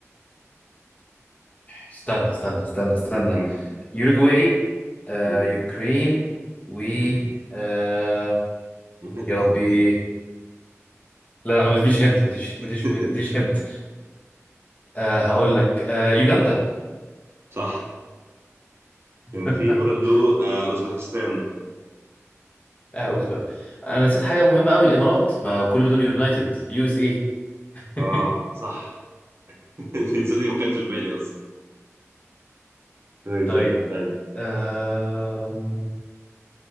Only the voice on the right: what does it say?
مم.
مم.
مم.
ممكن اديك
هنت
<laughs>
صح
كان في برضو آه اوزبكستان
اه صح <laughs> دي ما كانتش في بالي اصلا كويس
يلا تعالى